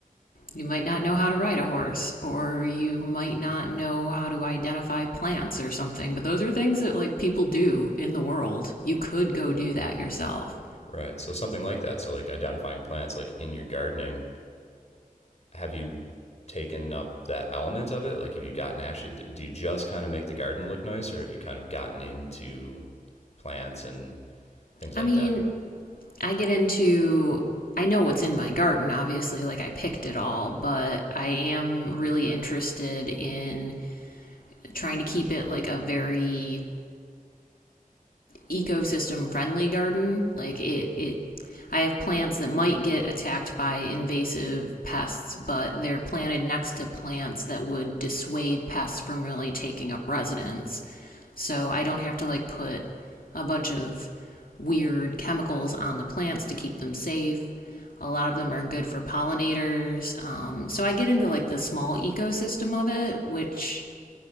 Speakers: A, on the left (about 75°); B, on the left (about 50°).
A: you might not know how to ride a horse or you might not know how to identify plants or something, but those are things that like people do in the world. You could go do that yourself.
B: right. So something like that. So like identifying plants, like in your gardening, have you taken up that element of it? Like have you gotten actually, do you just kind of make the garden look nice or have you kind of gotten into plants and things
A: I
B: like
A: mean,
B: that?
A: I get into I know what's in my garden, obviously, like I picked it all, but I am really interested in trying to keep it like a very ecosystem friendly garden. Like it, it, I have plants that might get attacked by invasive pests, but they're planted next to plants that would dissuade pests from really taking up residence. So I don't have to like put a bunch of weird chemicals on the plants to keep them safe. A lot of them are good for pollinators. Um, so I get into like the small ecosystem of it, which